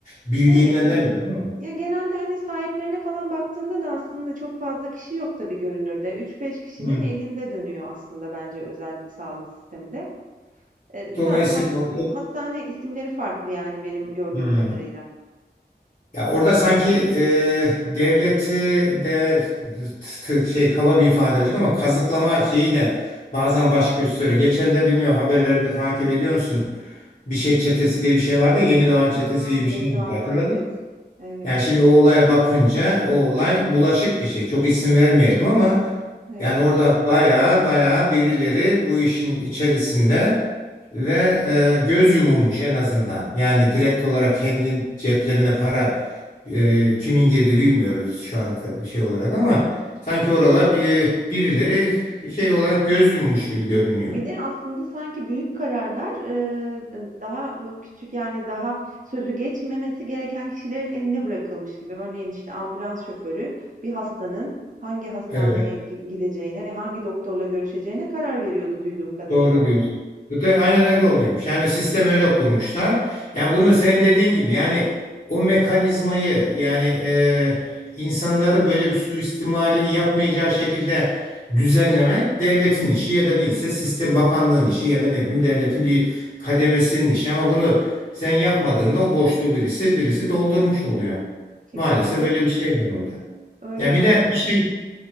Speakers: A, on the left; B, on the right.
A: bildiğimden
B: Evet, evet.
A: demiyorum ama.
B: Ya genelde hani sahiplerine falan baktığında da aslında çok fazla kişi yok tabii görünürde. Üç beş kişinin
A: Hı.
B: elinde dönüyor aslında bence özel sağlık sistemi de. Eee,
A: Dolayısıyla
B: sadece has
A: o-
B: hastane isimleri farklı yani benim gördüğüm
A: Hı.
B: kadarıyla.
A: Ya orada sanki e, devleti de t- t- şey kaba bir ifade olacak ama kazıklama şeyiyle bazen baş gösteriyor. Geçen de bilmiyorum haberleri de takip ediyor musun? Bir şey çetesi diye bir şey vardı ya Yeni Doğan çetesi
B: Hımm,
A: gibi bir
B: yeni
A: şey miydi
B: doğanlar.
A: hatırladın
B: Evet.
A: mı?
B: Evet.
A: Yani şimdi o olaya bakınca o olay bulaşık bir şey. Çok isim vermeyelim ama
B: Evet.
A: yani orada baya baya birileri bu işin içerisinde ve e, göz yumulmuş en azından. Yani direkt olarak kendi ceplerine para e, kimin girdi bilmiyoruz şu an tabii şey olarak ama sanki orala bir birileri şey olarak göz yummuş gibi görünüyor.
B: Bir de aslında sanki büyük kararlar, eee, daha, küçük, yani, daha sözü geçmemesi gereken kişilerin eline bırakılmış gibi. Örneğin, işte, ambulans şoförü bir hastanın hangi hastaneye
A: Evet.
B: gi gideceğine ve hangi doktorla görüşeceğine karar veriyordu duyduğum kadarıyla
A: Doğru
B: orada.
A: diyorsun. Bu da aynen öyle oluyormuş. Yani sistem öyle kurmuşlar. Yani bunu sen dediğin gibi yani o mekanizmayı yani e, insanların böyle bir suistimali yapmayacağı şekilde düzenlemek devletin işi ya da neyse sistem bakanlığın işi ya da ne bileyim devletin bir kademesinin işi ama bunu sen yapmadığında o boşluğu birisi birisi doldurmuş oluyor.
B: Kesinlikle
A: Maalesef böyle bir şey var orada.
B: öyle
A: Ya
B: var,
A: bir de
B: yani,
A: bir şey
B: evet.